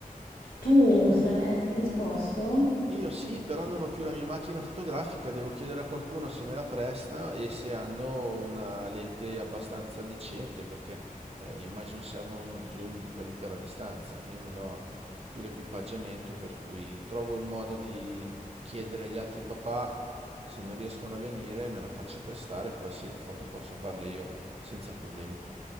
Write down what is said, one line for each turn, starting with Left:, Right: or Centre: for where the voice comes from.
Left: Tu saresti disposto?
Right: Io sì, però non ho più la mia macchina fotografica, devo chiedere a qualcuno se me la presta e se hanno una lente abbastanza decente, perché eh, immagino serva uno zoom di quelli per la distanza. Io non ho più l'equipaggiamento, per cui trovo il modo di chiedere agli altri papà se non riescono a venire, me la faccio prestare, poi sì, le foto posso farle io senza problemi.